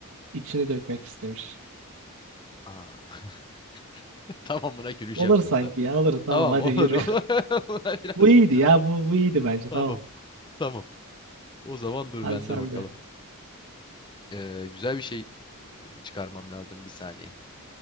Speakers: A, on the right; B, on the left.
A: İçini dökmek istemiş.
B: Aa. <laughs> Tamam buna güleceğim
A: Olur
B: biraz
A: sanki ya olur tamam
B: Tamam
A: hadi
B: olur
A: yürü.
B: olur.
A: <laughs>
B: <laughs> Biraz
A: Bu iyiydi
B: güncel.
A: ya bu, bu iyiydi bence
B: Tamam
A: tamam.
B: tamam. O zaman dur
A: Hadi
B: bende
A: sen
B: bakalım.
A: de.
B: Ee, güzel bir şey e, çıkarmam lazım bir saniye.